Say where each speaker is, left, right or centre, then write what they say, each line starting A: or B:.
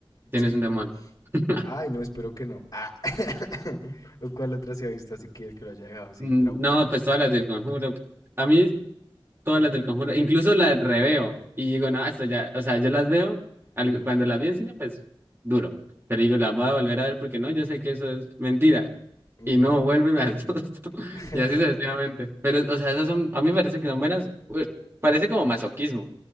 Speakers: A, on the right; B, on the left.
A: tienes
B: Sí.
A: un demonio. <laughs>
B: Ay, no, espero que no. Ah. <laughs> ¿Cuál otra se ha visto así que, que lo haya dejado así
A: Mm,
B: traumado?
A: No, pues todas las del conjuro. A mí todas las del conjuro, incluso las reveo. Y digo, no, esto ya, o sea, yo las veo, algo-
B: Ujú,
A: cuando las vi en cine, pues duro. Pero digo, las voy a volver a ver porque no, yo sé que eso es mentira.
B: ujú.
A: y no vuelvo y me asusto. <laughs>
B: <laughs>
A: Y así sucesivamente. Pero, o sea, esas son, a mí me parece que son buenas, eh, parece como masoquismo,